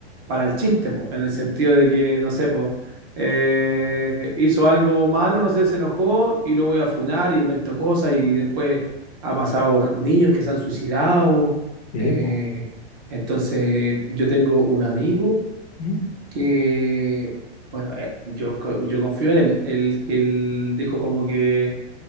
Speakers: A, on the right; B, on the left.
A: para el chiste, po, en el sentido de que, no sé, po, eh, hizo algo malo, no sé, se enojó y lo voy a funar, inventó cosas y después ha pasado niños que se han suicidado.
B: Sí,
A: eh,
B: po.
A: entonces, yo tengo un amigo
B: ¿Mm?
A: que, bueno, eh, yo, co- yo confío en él, el que él dijo como que